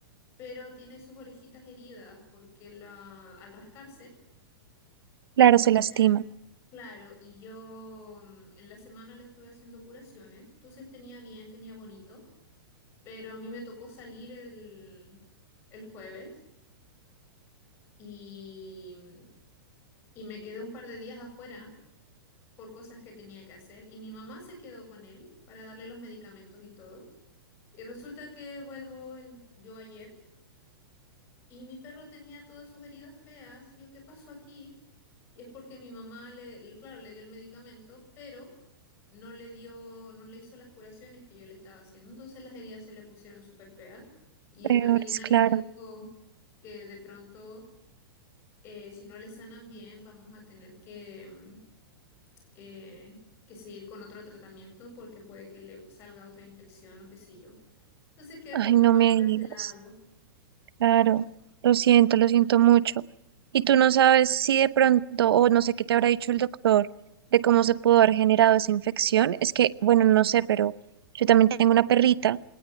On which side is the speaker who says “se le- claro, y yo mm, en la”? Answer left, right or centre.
Left